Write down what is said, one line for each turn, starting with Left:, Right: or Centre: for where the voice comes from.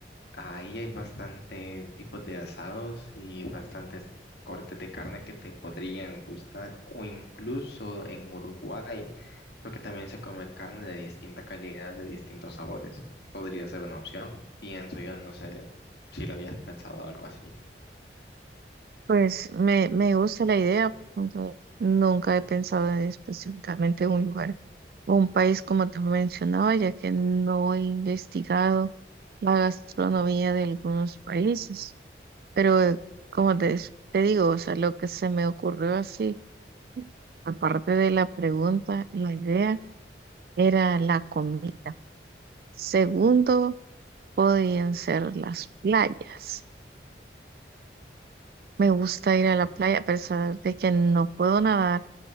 Left: Ahí hay bastantes tipos de asados y bastantes cortes de carne que te podrían gustar, o incluso en Uruguay, porque también se come carne de distinta calidad, de distintos sabores. Podría ser una opción, pienso yo, no sé si lo habías pensado algo así.
Right: Pues me, me gusta la idea, aunque nunca he pensado en específicamente un lugar o un país como te mencionaba, ya que no he investigado la gastronomía de algunos países. Pero eh, como te, des- te digo, o sea, lo que se me ocurrió así, aparte de la pregunta, la idea era la comida. Segundo, podían ser las playas. Me gusta
Left: No,
Right: ir a la playa a pesar de que no puedo nadar